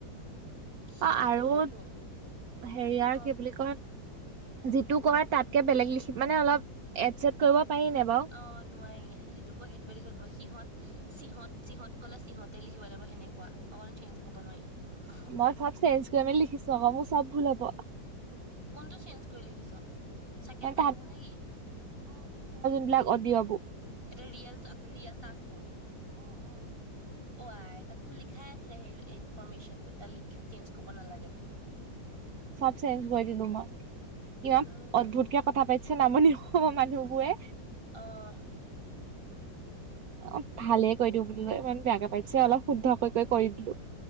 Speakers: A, on the right; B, on the right.
A: কৃষি
B: আ-আৰু
A: কাৰ্যটোত
B: হেৰিয়াৰ
A: সেইটো ক
B: কি বুলি কয় যিটো কয় তাত কে বেলেগ লিখি মানে অলপ এড চেড কৰিব পাৰি নে বাৰু
A: অ নোৱাৰি যিটো কয় সেইটোৱে লিখিব লাগিব সিহঁত চিহত - চিহত কলে চিহতে লিখিব লাগিব সেনেকুৱা। অকণ চেঞ্জ কৰিব নোৱাৰি
B: মই চব চেঞ্জ কৰি মেলি লিখিছো আকৌ মোৰ চব ভুল হ'ব
A: কোনটো। চেঞ্জ কৰি লিখিছ ছেকেণ্ড
B: মানে
A: টাইমবোৰ নেকি?
B: বিলাক অদিয়বু
A: এটা ৰিয়েল ৰিয়েল তাজবুৰ। অ', আই তাতনো লিখাই আছিলে সেই ইনফৰমেশ্যনটো তাত চেঞ্জ কৰিব নালাগে বুলি?
B: চব চেঞ্জ কৰি দিলো মই। ইমান
A: উম,
B: অদ্ভুত কে কথা পাতিছে নামনি। মানুহ বোৰে
A: অঅঅ
B: অ ভালে কৈ দিওঁ বো ইমান বেয়াকে পাইতিছে অলপ শুদ্ধকৈ কৈ কৰি দিলো